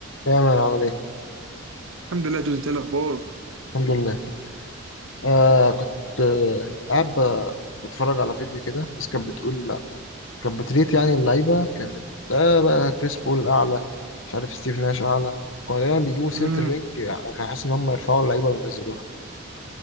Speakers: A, on the left; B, on the right.
A: يا مان عامل ايه؟
B: الحمد لله دوز انت ايه الاخبار
A: الحمد لله آه كنت آه قاعد ب- بتفرج على فيديو كده الناس كانت بتقول كانت بتريت يعني اللعيبة كانت آه بقى كريس بول أعلى مش عارف ستيف ناش أعلى كانوا دايما بيجيبوا سيرة
B: امم
A: الرينج يعني أنا حاسس إن هم يرفعوا اللعيبة وينزلوها